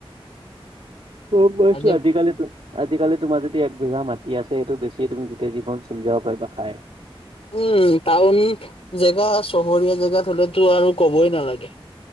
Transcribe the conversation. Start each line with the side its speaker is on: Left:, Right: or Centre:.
Right: গম পাইছো
Left: আজি
Right: আজিকালি। আজিকালি তোমাৰ যদি এক বিঘা মাটি আছে, সেইটো বেছিয়ে তুমি গোটেই জীৱন চলিব পাৰিবা খাই।
Left: উম টাউন জেগা চহৰীয়া জেগাত হ'লেতো আৰু ক'বই নালাগে।